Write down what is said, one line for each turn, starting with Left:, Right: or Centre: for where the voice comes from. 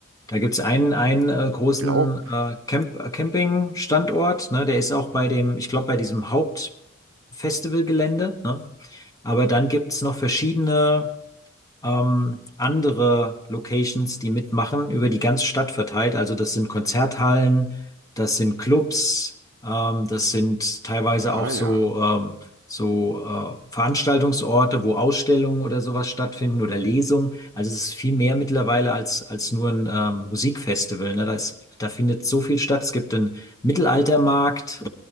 Left: da gibt's einen, einen äh, großen
Right: glaube,
Left: äh, Camp, äh, Camping-Standort, ne? Der ist auch bei dem, ich glaube, bei diesem Hauptfestivalgelände, ne? Aber dann gibt's noch verschiedene ähm, andere Locations, die mitmachen, über die ganze Stadt verteilt. Also das sind Konzerthallen, das sind Clubs, ähm, das sind teilweise
Right: ah
Left: auch so,
Right: ja,
Left: ähm, so äh, Veranstaltungsorte, wo Ausstellungen oder sowas stattfinden oder Lesungen. Also es ist viel mehr mittlerweile als, als nur ein ähm, Musikfestival. Ne? Da ist, da findet so viel statt. Es gibt einen Mittelaltermarkt,